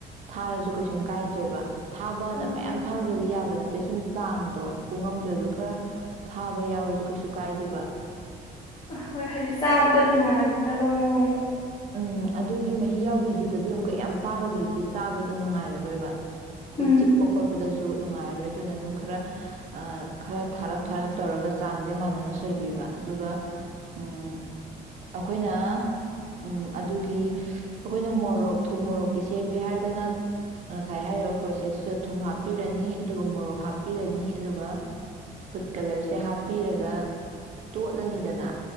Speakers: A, on the right; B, on the left.
A: ꯊꯥꯔꯁꯨ ꯀꯩꯁꯨꯝ ꯀꯥꯏꯗ꯭ꯔꯦꯕ ꯊꯥꯕꯅ
B: ꯎꯝ
A: ꯃꯌꯥꯝ
B: ꯎꯝ
A: ꯊꯥꯔꯨꯕꯗꯤ ꯌꯥꯕ ꯅꯠꯇꯦ ꯁꯨꯝ ꯆꯥꯡꯗꯣ ꯄꯨꯡꯉꯝꯗ꯭ꯔꯁꯨ ꯈꯔ ꯊꯥꯕ ꯌꯥꯎꯔꯁꯨ ꯀꯩꯁꯨ ꯀꯥꯏꯗꯦꯕ
B: ꯑꯍꯣꯏ ꯍꯥꯏꯗꯤ ꯆꯥꯕꯗ ꯅꯨꯡꯉꯥꯏꯒꯗꯕ ꯃꯑꯣꯡꯗꯣ
A: ꯎꯝ ꯑꯗꯨꯒꯤ ꯃꯍꯤ ꯌꯥꯎꯕꯤꯗꯨꯗꯗꯤ ꯑꯃꯨꯛꯀ ꯌꯥꯝ ꯄꯥꯔꯨꯕꯗꯗꯤ ꯆꯥꯕꯗ ꯅꯨꯡꯉꯥꯏꯔꯔꯣꯏꯕ ꯑꯩꯈꯣꯏ
B: ꯎꯝ
A: ꯆꯤꯛꯄ ꯈꯣꯠꯄꯗꯁꯨ ꯅꯨꯡꯉꯥꯏꯔꯣꯏ ꯑꯗꯨꯅ ꯑꯗꯨꯝ ꯈꯔ ꯈꯔ ꯊꯥꯔꯞ ꯊꯥꯔꯞ ꯇꯧꯔꯒ ꯆꯥꯡꯁꯦ ꯃꯥꯟꯅꯅ ꯁꯣꯏꯕꯤꯕ ꯑꯗꯨꯒ ꯎꯝ ꯑꯩꯈꯣꯏꯅ ꯎꯝ ꯑꯗꯨꯒꯤ ꯑꯩꯈꯣꯏꯅ ꯃꯣꯔꯣꯛ ꯊꯨꯝ ꯃꯣꯔꯣꯛꯀꯤ ꯁꯦꯝꯒꯦ ꯍꯥꯏꯔꯒꯅ ꯉꯁꯥꯏ ꯍꯥꯏꯔꯤꯕ ꯄ꯭ꯔꯣꯁꯦꯁꯇꯨꯗ ꯊꯨꯝ ꯍꯥꯞꯄꯤꯔꯅꯤ ꯑꯗꯨꯒ ꯃꯣꯔꯣꯛ ꯍꯥꯞꯄꯤꯔꯅꯤ ꯑꯗꯨꯒ ꯐꯨꯗ ꯀꯂꯔꯁꯦ ꯍꯥꯞꯄꯤꯔꯒ ꯇꯣꯠꯂꯅꯤꯗꯅ